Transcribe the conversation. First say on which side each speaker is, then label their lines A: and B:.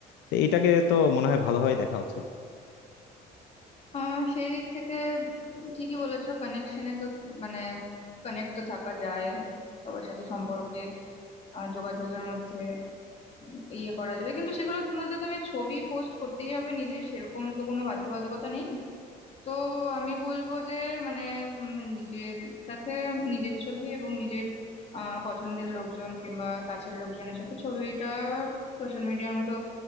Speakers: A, on the left; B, on the left.
A: তো এটাকে তো মনে হয় ভালোভাবে দেখা উচিত
B: আহ সেই দিক থেকে উম, ঠিকই বলেছো কানেকশনে তো মানে কানেক্ট তো থাকা যায় সবার সাথে সম্পর্কে আহ, যোগাযোগের মধ্যে উম, ইয়ে করা যায় কিন্তু সেগুলোর মধ্যে তুমি ছবি পোস্ট করতেই হবে নিজের সেরকম তো কোনো বাধ্যবাধকতা নেই তো আমি বলবো যে মানে উম, নিজের সাথে নিজের ছবি এবং নিজের আহ পছন্দের লোকজন কিংবা কাছের লোকজনের সাথে ছবিটা সোশ্যাল মিডিয়ার মতো